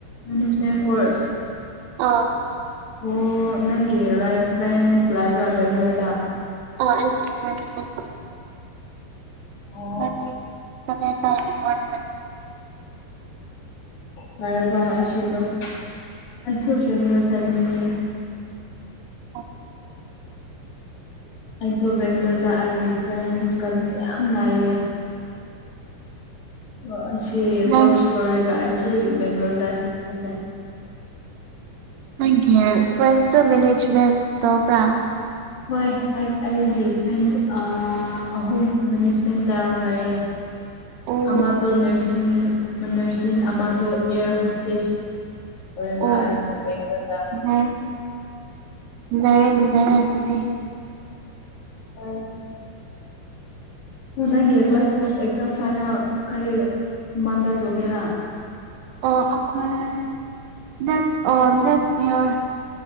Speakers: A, on the left (about 50°); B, on the right (about 80°).
A: ꯃꯦꯅꯦꯖꯃꯦꯟ ꯀꯣꯔꯁ
B: ꯑꯥꯎ
A: ꯑꯣ ꯅꯪꯒꯤ ꯂꯥꯏꯛ ꯐ꯭ꯔꯦꯟ ꯂꯥꯏꯕ꯭ꯔꯥ ꯕꯦꯡ꯭ꯂꯣꯔꯗ
B: ꯑ ꯑꯩꯗꯤꯂ ꯇ ꯃꯥ
A: ꯑꯣ
B: <unintelligible> ꯗ ꯋꯥ <unintelligible>
A: ꯀꯔꯕꯥ ꯑꯁꯤꯒ ꯑꯩꯁꯨ ꯕꯦꯡꯒꯂꯣꯔ ꯆꯠꯅꯤꯡꯉꯦ
B: ꯑꯣ
A: ꯑꯩꯖꯨ ꯕꯦꯡꯒꯂꯣꯔꯗ ꯑꯩꯒꯤ ꯐ꯭ꯔꯦꯟꯁ ꯀꯖꯟ ꯌꯥꯝ ꯂꯥꯏꯑꯦ ꯑꯣ ꯑꯁꯤ
B: ꯅꯪ
A: ꯀꯣꯔꯁ ꯂꯣꯏꯔꯒ ꯑꯩꯁꯨ ꯕꯦꯡꯒ꯭ꯂꯣꯔꯗ ꯆꯂꯦ
B: ꯅꯪꯒꯤ ꯐ꯭ꯔꯦꯟꯁꯨ ꯃꯦꯅꯦꯖꯃꯦꯟ ꯇꯧꯕ꯭ꯔꯥ
A: ꯍꯣꯏ ꯑꯩ ꯑꯩꯒꯤ ꯐ꯭ꯔꯦꯟꯁ ꯑ ꯑꯍꯨꯝ ꯃꯦꯅꯦꯖꯃꯦꯟꯗ ꯂꯩꯑꯦ
B: ꯑꯣ
A: ꯑꯃꯗꯣ ꯅꯔꯁꯤꯡ ꯃ ꯅꯔꯁꯤꯡ ꯑꯃ ꯇꯣ ꯑꯦꯌꯥꯔ ꯍꯣꯁꯇꯦꯖ ꯑꯣꯏꯔꯕ
B: ꯑꯣ
A: ꯑꯩꯒꯤ ꯕꯦꯡꯒꯔꯣꯗ
B: <unintelligible>
A: ꯑꯣ ꯅꯪꯒꯤ ꯀ꯭ꯂꯥꯁ ꯇꯨꯋꯦꯞ ꯑꯦꯛꯖꯥꯝ ꯐꯥꯏꯅꯦꯜ ꯀꯔꯤ ꯃꯟꯗ ꯇꯧꯒꯦꯔꯥ
B: ꯑꯣ ꯑꯩꯈꯣꯏ ꯅꯦꯛꯁ ꯑꯣ ꯅꯦꯛꯁ ꯏꯔ